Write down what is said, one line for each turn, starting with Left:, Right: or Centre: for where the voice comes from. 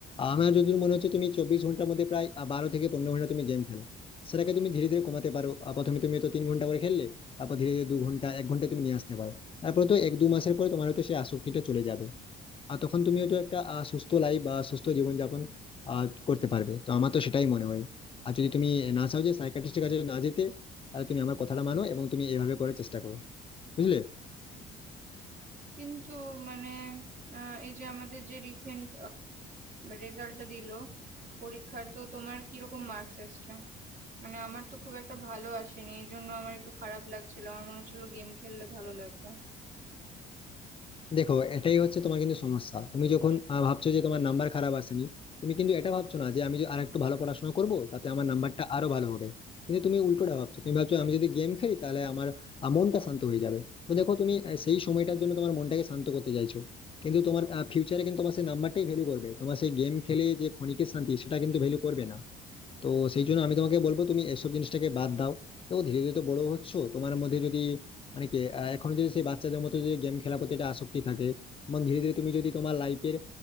Left: আমার যদি মনে হচ্ছে তুমি চব্বিশ ঘন্টার মধ্যে প্রায় আহ, বারো থেকে পনেরো ঘন্টা তুমি গেম খেলো সেটাকে তুমি ধীরে ধীরে কমাতে পারো আহ, প্রথমে তুমি তো তিন ঘন্টা করে খেললে তারপর ধীরে ধীরে দু ঘন্টা এক ঘন্টা তুমি নিয়ে আসতে পারো তারপর তো এক দু মাসের পরে তোমার হয়তো সেই আসক্তিটা চলে যাবে আর তখন তুমি হয়তো একটা আহ, সুস্থ লাইফ বা সুস্থ জীবনযাপন আহ, করতে পারবে তো আমার তো সেটাই মনে হয় আর যদি তুমি না চাও যে সাইকিয়াট্রিস্টের কাছে না যেতে তাহলে তুমি আমার কথাটা মানো এবং তুমি এভাবে করার চেষ্টা করো বুঝলে
Right: কিন্তু মানে আহ, এই যে আমাদের যে রিসেন্ট রেজাল্টটা দিল পরীক্ষার তো তোমার কিরকম মার্কস এসছে মানে আমার তো খুব একটা ভালো আসেনি এই জন্য আমার একটু খারাপ লাগছিল আমার মনে হচ্ছিল গেম খেললে ভালো লাগবে
Left: দেখো এটাই হচ্ছে তোমার কিন্তু সমস্যা তুমি যখন আহ, ভাবছো যে তোমার নাম্বার খারাপ আসেনি তুমি কিন্তু এটা ভাবছো না যে আমি আর একটু ভালো পড়াশোনা করব তাতে আমার নাম্বারটা আরো ভালো হবে কিন্তু তুমি উল্টোটা ভাবছো তুমি ভাবছো আমি যদি গেম খেলি তাহলে আমার আহ, মনটা শান্ত হয়ে যাবে তো দেখো তুমি আহ, সেই সময়টার জন্য তোমার মনটাকে শান্ত করতে চাইছো কিন্তু তোমার ফিউচারে কিন্তু তোমার সেই নাম্বারটাই ভ্যালু করবে তোমার সেই গেম খেলে যে ক্ষণিকের শান্তি সেটা কিন্তু ভ্যালু করবে না তো সেই জন্য আমি তোমাকে বলবো তুমি এসব জিনিসটাকে বাদ দাও দেখো ধীরে ধীরে তো বড় হচ্ছ তোমার মধ্যে যদি মানে কি আহ, এখনো যদি সেই বাচ্চাদের মতো যদি গেম খেলার প্রতি একটা আসক্তি থাকে এবং ধীরে ধীরে তুমি যদি তোমার লাইফের